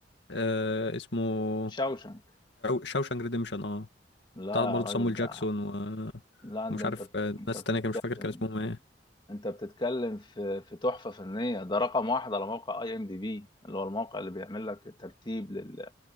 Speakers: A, on the left; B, on the left.
A: آه اسمه
B: الشاوشنك
A: شاوشانك ريديمشن اه
B: لا
A: بتاع
B: يا
A: برضه
B: راجل
A: صامويل
B: ده
A: جاكسون و...
B: لا ده
A: ومش
B: انت
A: عارف آه،
B: انت
A: ناس
B: بتتكلم
A: تانية كان مش فاكر كان اسمهم ايه
B: انت بتتكلم في في تحفه فنيه ده رقم واحد على موقع اي ام دي بي اللي هو الموقع اللي بيعمل لك الترتيب لل...